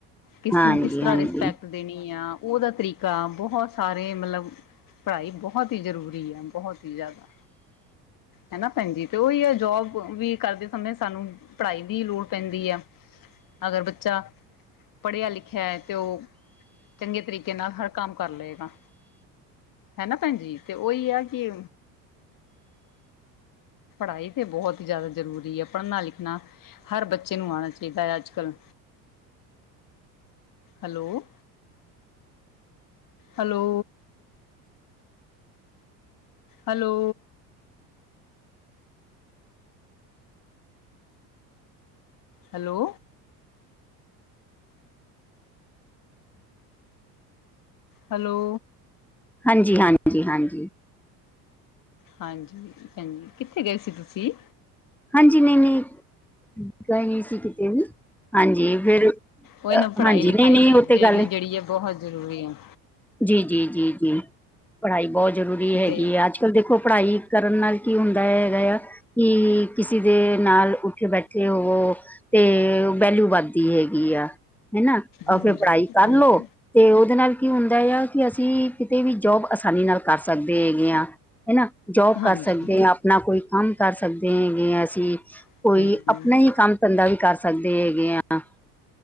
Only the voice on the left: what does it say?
ਕਿਸਨ
ਕਿਸ ਤਰ੍ਹਾਂ
ਰਿਸਪੈਕਟ ਦੇਣੀ ਆ ਉਹਦਾ ਤਰੀਕਾ ਬਹੁਤ ਸਾਰੇ ਮਤਲਬ ਪੜ੍ਹਾਈ ਬਹੁਤ ਹੀ ਜ਼ਰੂਰੀ ਆ ਬਹੁਤ ਹੀ ਜ਼ਿਆਦਾ ਹਨਾ ਭੈਣਜੀ ਅਤੇ ਉਹੀ ਆ ਜੋਬ ਵੀ ਕਰਦੇ ਸਮੇਂ ਸਾਨੂੰ ਪੜ੍ਹਾਈ ਦੀ ਲੋੜ ਪੈਂਦੀ ਆ ਅਗਰ ਬੱਚਾ ਪੜ੍ਹਿਆ ਲਿਖਿਆ ਹੈ ਤੇ ਉਹ ਚੰਗੇ ਤਰੀਕੇ ਨਾਲ ਹਰ ਕੰਮ ਕਰ ਲਏਗਾ ਹੈ ਨਾ ਭੈਣ ਜੀ ਤੇ ਉਹੀ ਆ ਕਿ ਪੜ੍ਹਾਈ ਤਾਂ ਬਹੁਤ ਹੀ ਜ਼ਿਆਦਾ ਜ਼ਰੂਰੀ ਹੈ ਪੜ੍ਹਨਾ ਲਿਖਣਾ ਹਰ ਬੱਚੇ ਨੂੰ ਆਉਣਾ ਚਾਹੀਦਾ ਹੈ ਅੱਜ ਕੱਲ hello hello hello hello hello
ਹਾਂਜੀ ਹਾਂਜੀ ਕਿੱਥੇ ਗਏ ਸੀ ਤੁਸੀਂ
ਉਹੀ ਨਾ ਪੜ੍ਹਾਈ
ਲਿਖਾਈ
ਜਿਹੜੀ ਹੈ ਬਹੁਤ ਜ਼ਰੂਰੀ ਹੈ
ਤੇ
ਹਾਂਜੀ,
ਹਾਂਜੀ,
ਹਾਂਜੀ।
ਹੂੰ,